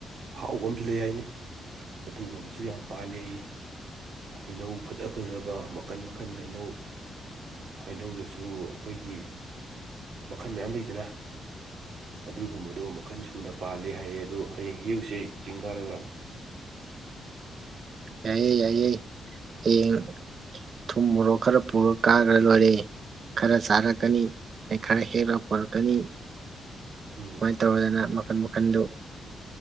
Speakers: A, on the right (about 65°); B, on the right (about 50°).
A: ꯑꯍꯥꯎꯕ ꯑꯃꯁꯨ ꯂꯩ ꯍꯥꯏꯅꯦ ꯑꯗꯨꯒꯨꯝꯁꯨ ꯌꯥꯝ ꯄꯥꯜꯂꯦ ꯌꯦ ꯍꯩꯅꯧ ꯐꯖ ꯐꯖꯕ ꯃꯈꯟ ꯃꯈꯟ ꯍꯩꯅꯧ ꯍꯥꯏꯅꯧꯗꯁꯨ ꯑꯩꯈꯣꯏꯒꯤ ꯃꯈꯜ ꯃꯌꯥꯝ ꯂꯩꯗꯅ ꯑꯗꯨꯒꯨꯝꯕꯗꯣ ꯃꯈꯟ ꯁꯨꯅ ꯄꯥꯜꯜꯂꯤ ꯍꯥꯏꯌꯦ ꯑꯗꯣ ꯍꯌꯦꯡ ꯍꯦꯛꯎꯁꯦ ꯆꯤꯡ ꯀꯔꯒ
B: ꯌꯥꯏꯌꯦ ꯌꯥꯏꯌꯦ ꯍꯌꯦꯡ ꯊꯨꯝ ꯃꯣꯔꯣꯛ ꯈꯔ ꯄꯨꯔꯛ ꯀꯥꯈ꯭ꯔ ꯂꯣꯏꯔꯦ ꯈꯔ ꯆꯥꯔꯛꯀꯅꯤ ꯑꯗꯩ ꯈꯔ ꯍꯦꯛꯂꯒ ꯄꯨꯔꯛꯀꯅꯤ
A: ꯎꯝ
B: ꯀꯃꯥꯏꯅ ꯇꯧꯔꯗꯅ ꯃꯈꯟ ꯃꯈ ꯐꯟꯗꯣ